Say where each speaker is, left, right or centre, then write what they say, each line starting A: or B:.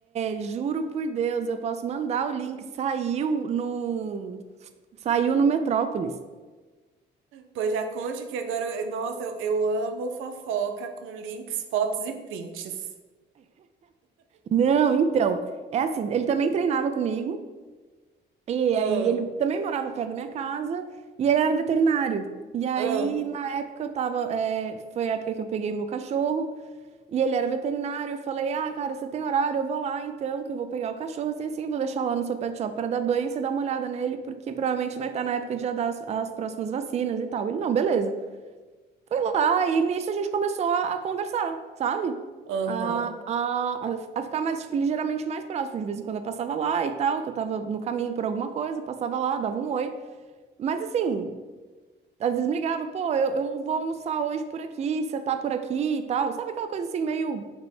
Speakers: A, on the right; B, on the right.
A: é, juro por Deus, eu posso mandar o link. Saiu no, saiu no Metrópolis.
B: Pois já conte que agora. eu- Nossa, eu, eu amo fofoca com links, fotos e prints.
A: Não, então, é assim, ele também treinava comigo, e
B: Ah,
A: aí ele também morava perto da minha casa, e ele era veterinário. E aí,
B: ah,
A: na época, eu tava, é, foi a época que eu peguei meu cachorro, e ele era veterinário, eu falei, ah, cara, você tem horário, eu vou lá então, que eu vou pegar o cachorro, assim, assim, vou deixar lá no seu pet shop para dar banho, e você dá uma olhada nele, porque provavelmente vai estar na época de já dar as, as próximas vacinas e tal. Ele, não, beleza. Foi lá e nisso a gente começou a, a conversar, sabe?
B: Aham.
A: A, a, a a ficar mais, tipo, ligeiramente mais próximo. De vez em quando eu passava lá e tal, que eu tava no caminho por alguma coisa, passava lá, dava um oi. Mas assim, às vezes me ligava, pô, eu, eu vou almoçar hoje por aqui, você tá por aqui e tal. Sabe aquela coisa assim, meio